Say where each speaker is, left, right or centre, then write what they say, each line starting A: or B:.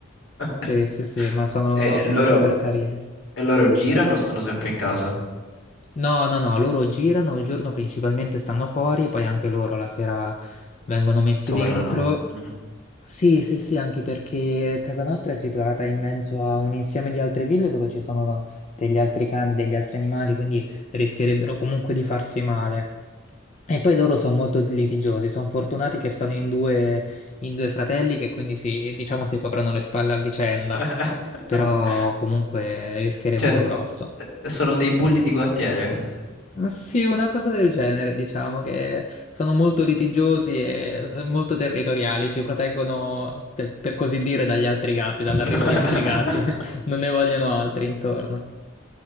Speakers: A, on the left (about 75°); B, on the left (about 35°).
A: <laughs>
B: Sì, sì, sì, ma sono,
A: E
B: sono
A: loro,
B: super carini.
A: e loro girano o stanno sempre in casa?
B: No, no, no, loro girano, il giorno principalmente stanno fuori, poi anche loro la sera vengono messi
A: Tornano.
B: dentro
A: Mhm.
B: Sì, sì, sì, anche perché casa nostra è situata in mezzo a un insieme di altre ville dove ci sono degli altri cani, degli altri animali, quindi rischierebbero comunque di farsi male. E poi loro sono molto litigiosi, sono fortunati che sono in due, in due fratelli che quindi si, diciamo, si coprono le spalle a vicenda,
A: <laughs>
B: però comunque rischierebbero
A: Cioè, s-
B: grosso.
A: eh, sono dei bulli di quartiere.
B: Sì, una cosa del genere, diciamo che sono molto litigiosi e eh, molto territoriali, ci proteggono, per per così dire, dagli altri gatti,
A: <laughs>
B: dall'arrivo di altri gatti, <laughs> non ne vogliono altri intorno.